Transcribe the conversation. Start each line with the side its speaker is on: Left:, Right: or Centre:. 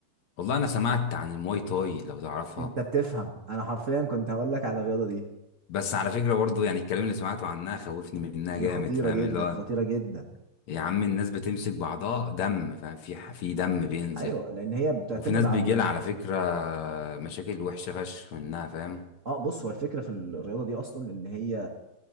Left: والله انا سمعت عن المواي تاي لو تعرفها
Right: انت بتفهم انا حرفيا كنت هقول لك على الرياضة دي
Left: بس على فكره برضو يعني الكلام اللي سمعته عنها خوفني منها جامد
Right: هي خطيرة
Left: فاهم
Right: جدا
Left: اللي هو
Right: خطيرة جدا
Left: يا عم الناس بتمسك بعضها دم فاهم في في دم بينزل
Right: ايوه لان هي بتعتمد
Left: وفي ناس
Right: على
Left: بيجي لها على فكرة مشاكل وحشة فشخ منها فاهم
Right: اه بص هو الفكره في الرياضه دي اصلا ان هي